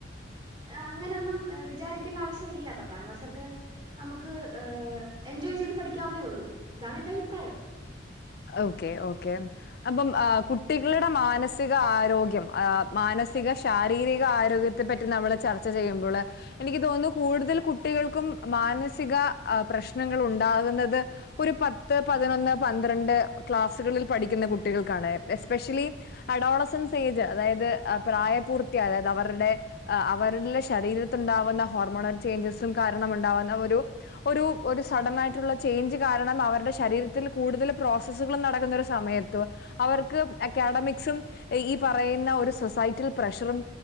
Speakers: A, on the right; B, on the left.
A: ഏഹ്അങ്ങനൊന്നും വിചാരിക്കേണ്ട ആവശ്യമില്ല. പത്ത് പത്താം ക്ലാസ് ഒക്കെ നമുക്ക് ഏഹ് എൻജോയ് ചെയ്ത് പഠിക്കാവുന്നതേള്ളൂ. ഇതാണ് എന്റെ അഭിപ്രായം.
B: <inaudible> ഓക്കെ, ഓക്കെ അപ്പം ആ കുട്ടികളുടെ മാനസിക ആരോഗ്യം ആ മാന മസിക ശാരീരിക ആരോഗ്യത്തെ പറ്റി നമ്മള് ചർച്ച ചെയ്യുമ്പോള് എനിക്ക് തോന്നുന്നു കൂടുതൽ കുട്ടികൾക്കും. മാനസിക പ്രശ്നങ്ങളുണ്ടാകുന്നത് ഒരു പത്ത്, പതിനൊന്ന്, പന്ത്ര ന്ത്രണ്ട് ക്ലാസ്സുകളിൽ പഠിക്കുന്ന കുട്ടികൾക്കാണ്. എസ്പെഷ്യലി അഡോളസൻസ് ഏയ്ജ് അതായത് പ്രായപൂർത്തി അയത്, അവരുടെ അവരിലെ ശരീരത്തിലുണ്ടാവുന്ന ഹോർമോണൽ ചേയ്ഞ്ചസും. കാര്യ കാരണം ഉണ്ടാവുന്ന ഒരു ഒരു സഡനായിട്ടുള്ള ചേയ്ഞ്ച് കാരണം അവരുടെ ശരീരത്തിൽ കൂടുതൽ പ്രോസസുകൾ നടക്കുന്ന ഒരു സമയത്ത് അവർക്ക് അക്കാഡമിക്സും, ഈ പറയുന്ന. ഒരു സിസ് ഫൈറ്റിൽ പ്രഷറും